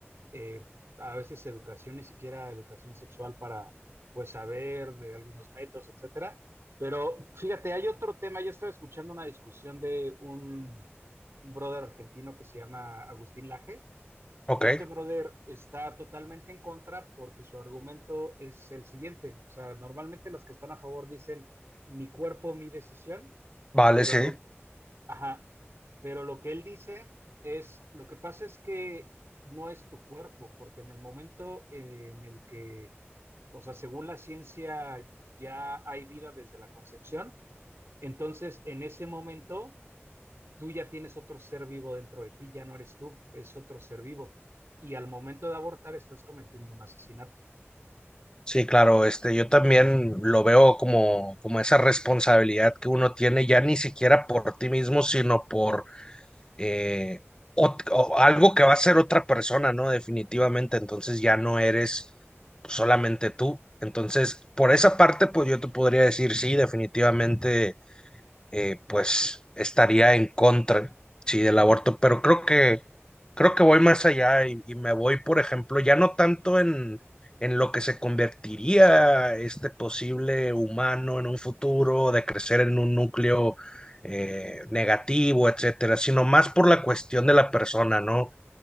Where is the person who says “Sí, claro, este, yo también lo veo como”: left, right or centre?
Left